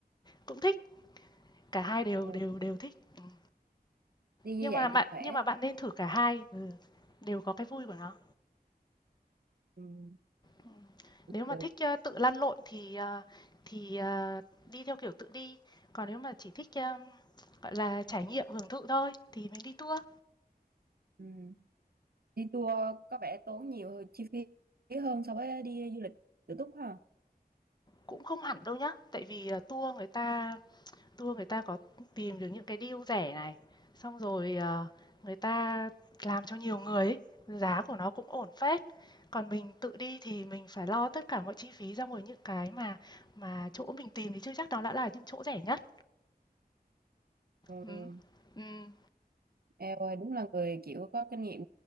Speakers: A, on the left; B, on the right.
A: Cũng thích, cả hai đều
B: ừ.
A: đều đều thích. Ừm.
B: đi như
A: Nhưng
B: vậy
A: mà bạn
B: thì khỏe
A: nhưng mà bạn nên thử cả hai, ừ, đều có cái vui của nó.
B: ừ.
A: Ừm.
B: cũng
A: Nếu mà
B: được
A: thích, ơ, tự lăn lộn thì, ờ, thì, ờ, đi theo kiểu tự đi, còn nếu mà chỉ thích, ơ, gọi là, trải nghiệm hưởng thụ thôi thì mình đi tour.
B: ừ. đi tour có vẻ tốn nhiều chi phí hơn so với đi du lịch tự túc ha
A: Cũng không hẳn đâu nhá, tại vì, ờ, tour người ta tour người ta có tìm được những cái deal rẻ này, xong rồi, ờ, người ta làm cho nhiều người ấy, giá của nó cũng ổn phết. Còn mình tự đi thì mình phải lo tất cả mọi chi phí, ra ngoài những cái mà mà chỗ mình tìm thì chưa chắc đó đã là những chỗ rẻ nhất.
B: ừ.
A: Ừm, ừm,
B: Eo ơi, đúng là người kiểu có kinh nghiệm